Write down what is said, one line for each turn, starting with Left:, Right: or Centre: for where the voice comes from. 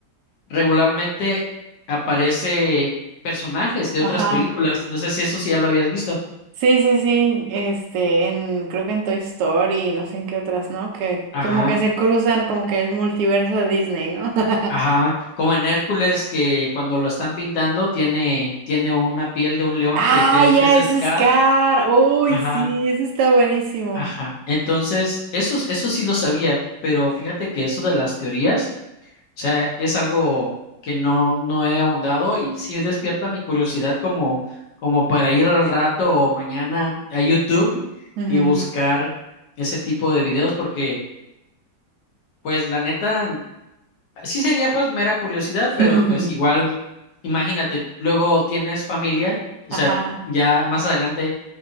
Left: regularmente aparece personajes de
Right: Ajá.
Left: otras películas. No sé si eso sí ya lo habías visto.
Right: Sí, sí, sí. Este, en, creo que en Toy Story y no sé en qué otras, ¿no? Que
Left: Ajá,
Right: como que se cruzan, como que es multiverso de Disney, ¿no? <laughs>
Left: ajá. Como en Hércules que cuando lo están pintando tiene, tiene una piel de un león
Right: Ah,
Left: que creo
Right: ya,
Left: que es
Right: ese
Left: Scar.
Right: es Scar. Uy,
Left: Ajá,
Right: sí, ese está buenísimo.
Left: ajá. Entonces, eso, eso sí lo sabía, pero fíjate que eso de las teorías. sea, es algo que no, no he ahondado y sí despierta mi curiosidad como, como para ir al rato o mañana a YouTube
Right: Ujú.
Left: y buscar ese tipo de videos porque, pues, la neta, sí sería pues mera curiosidad,
Right: <laughs>
Left: pero pues igual, imagínate, luego tienes familia, o
Right: Ajá,
Left: sea, ya más adelante